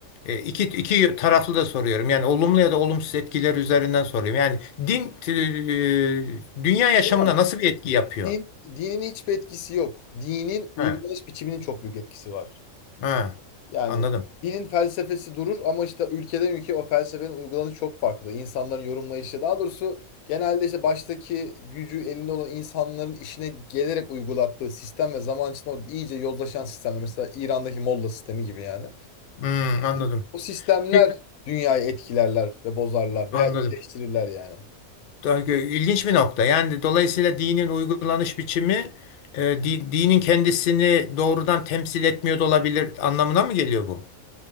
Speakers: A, on the left; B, on the left.
A: e, iki iki taraflı da soruyorum. Yani olumlu ya da olumsuz etkiler üzerinden soruyorum. Yani din e, dünya yaşamına
B: Hocam
A: nasıl bir etki yapıyor?
B: din, dinin hiçbir etkisi yok. Dinin uygulanış
A: Ha,
B: biçiminin çok büyük etkisi var.
A: ha,
B: Yani
A: anladım.
B: dinin felsefesi durur ama işte ülkeden ülkeye o felsefenin uygulanışı çok farklı. İnsanların yorumlayışı daha doğrusu genelde işte baştaki gücü elinde olan insanların işine gelerek uygulattığı sistem ve zaman içinde o iyice yozlaşan sistemler. Mesela İran'daki Molla sistemi gibi yani.
A: Hmm, anladım.
B: O sistemler
A: Peki,
B: dünyayı etkilerler ve bozarlar veya
A: anladım.
B: iyileştirirler yani.
A: Daha gö- İlginç bir nokta. Yani dolayısıyla dinin uygulanış biçimi e, di- dinin kendisini doğrudan temsil etmiyor da olabilir anlamına mı geliyor bu?